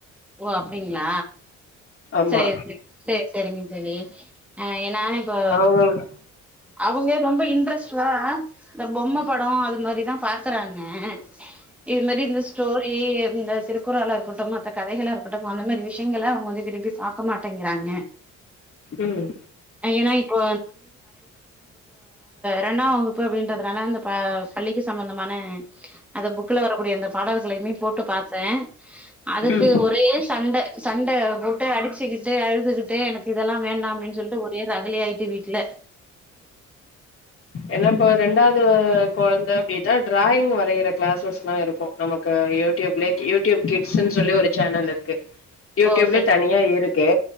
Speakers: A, in the centre; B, on the left.
A: ஓ அப்டிங்ளா
B: ஆமா
A: சேரி செர் செரிங்க செரி ஆ எ நானே இப்போ
B: அவங்களுக்கு
A: அவுங்கே ரொம்ப இன்ட்ரெஸ்ட்றா ந்த பொம்ம படோ அது மாரிதா பாக்கறாங்க ஆ இது மெரி இந்த ஸ்டோரி எந்த திருக்குறளா இருகட்டுமா மத்த கதைகளா இருக்கட்டும் அந்த மாரி விஷயங்கள அவுங்க வந்து விரும்பி பாக்க மாட்டேங்கிறாங்க
B: ம்
A: ஏன்னா இப்போ ரெண்டாம் வகுப்பு அப்டின்றதுனால அந்த பா பள்ளிக்கு சம்மந்தமான அத புக்கல வரக்கூடிய இந்த பாடல் களையுமே போட்டு பாத்தே அதுக்கு
B: ம்
A: ஒரே சண்ட சண்ட போட்டு அடிச்சுகிச் தே அழுதுகிட்டே எனக்கு இதெல்லா வேண்டாம் அப்டின் சொல்ட்டு தே ரகலே ஆயிட்டு வீட்ல
B: என்ன ப்ப ரெண்டாவுது கொழந்த அப்டினா டிராயிங் வரையிற கிளாசஸ்லா‌ இருக்கோ நமக்கு யூடியூப்லே யூடியூப் கிட்ஸ்னு சொல்லி ஒரு சேனல் இர்க்கு யூடியூப்லே
A: ஓ சரி
B: தனியா இரு கே